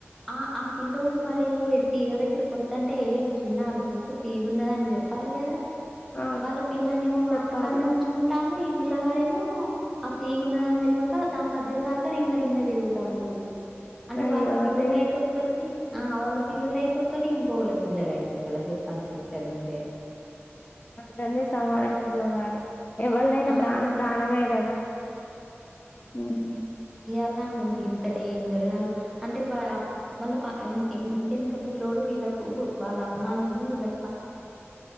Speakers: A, in the centre; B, on the left.
A: ఆ ఆ పిల్లోడు మరి తీగ దగ్గరికొత్తంటే ఏ చిన్నా అటు పోకు తీగున్నదని చెప్ప లే కదా
B: అవును
A: వాళ్ళ పిల్లలనేమో
B: చెప్పాలి
A: వాళ్ళ కాన్నే ఉంచుకుంటళ్ళు ఈ పిల్లగాడేమో ఆ తీగున్న దాని తెలువక దాని దగ్గరి దాకా రింగ రింగ తిరుగుతాండు అంటే
B: అయ్యో
A: వాళ్ళ
B: అట్లా
A: పిల్లలైతే
B: చేస్
A: ఒక్క ఆ వాళ్ళ పిల్లలైతే ఒక్కలు ఇంకొకళ పిల్లలైతే ఒక్కలా చెప్పడి సిస్ టర్ మీరే
B: అందర్ని సమానంగా చూడాలి ఎవల్దై
A: ఆ
B: ప్రాణం ప్రాణమే కదా మ్
A: అను గింత డేంజర్గాళ్ళు అంటే వ వాళ్ళ ప ఇంటెనుక పిల్ల్లోడు వీళ్ళ కు వాళ్ళ అమ్మనుకున్ను వీళ్ల